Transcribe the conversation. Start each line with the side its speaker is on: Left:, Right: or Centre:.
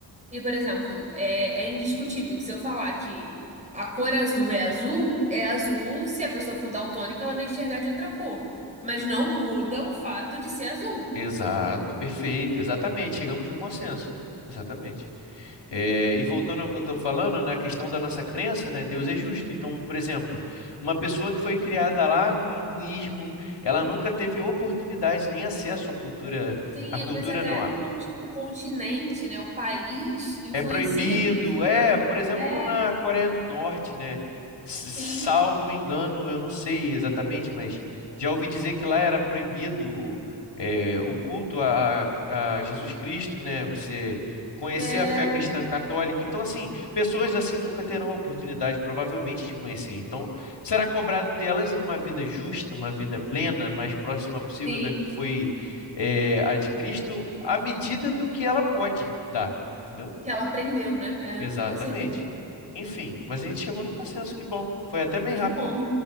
Right: E, por exemplo, é, é indiscutível que se eu falar que a cor azul é azul, é azul. Se a pessoa for daltônica, ela vai enxergar de outra cor. Mas não muda o fato de ser azul.
Left: Exato, perfeito, exatamente. Chegamos num consenso. Exatamente. É, e voltando ao que eu estou falando, na questão da nossa crença, né, Deus é justo. Então, por exemplo, uma pessoa que foi criada lá no hinduísmo, ela nunca teve oportunidade nem acesso à cultura,
Right: Sim,
Left: à cultura
Right: às vezes até
Left: não,
Right: no conti o continente, né? O país influencia
Left: É proibido,
Right: isso.
Left: é, por exemplo,
Right: É,
Left: na Coreia do Norte, né? S-
Right: sim.
Left: Salvo engano, eu não sei exatamente, mas já ouvi dizer que lá era proibido é, o culto a, a Jesus Cristo, né? Você conhecer
Right: É,
Left: a fé cristã católica. Então, assim, pessoas assim nunca terão a oportunidade, provavelmente, de conhecer. Então, será cobrado delas uma vida justa, uma vida plena, mais próxima possível
Right: sim.
Left: da que foi é, a de Cristo, à medida do que ela pode dar, entendeu?
Right: Que ela aprendeu, né?
Left: Exatamente.
Right: É, com certeza.
Left: Enfim, mas a gente chegou no consenso, que bom. Foi até bem rápido.
Right: Que bom.